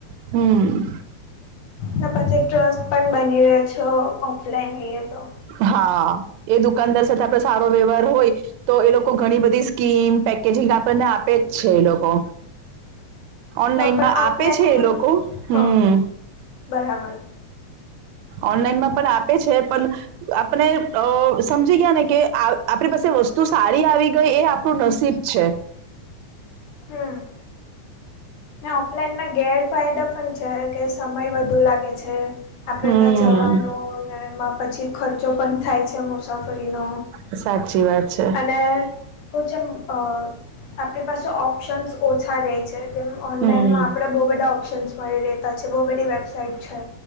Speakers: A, on the right; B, on the left.
A: હમ
B: ને પછી ટ્રસ્ટ પણ બની રયો છો ઓફલાઈન લઈએ તો
A: હા એ દુકાનદાર સાથે આપડ સારો વ્યવહાર હોય તો એ લોકો ઘણી બધી સ્કીમ પેકેજિંગ આપણને આપે જ છે એ લોકો ઓનલાઈનમાં
B: હા પણ ઓફલાઈનમાં
A: આપે છે એ લોકો હમ
B: હા બરાબર
A: ઓનલાઈન માં પણ આપ પણ આપણે સમજી ગયા ને કે આપણી પાસે વસ્તુ સારી આવી તો એ આપણું નસીબ છે
B: હમ ઓફલાઈન ના ગેરફાયદા પણ છે કે સમય વધુ લાગે છે આપણેે
A: હમ્મ.
B: ત્યાં જવાનો ને એમાં પછી ખર્ચો પણ થાય છે મુસાફરીનો
A: સાચી વાત છે
B: અને હું છે આપણી પાસે ઓપ્શન્સ ઓછા ર છે જેમ ઓનલાઈનમાં
A: હમ્મ.
B: આપણે બહુ બધા ઓપ્શન્સ મળી રહેતા છે બહુ બધી વેબસાઇટ છે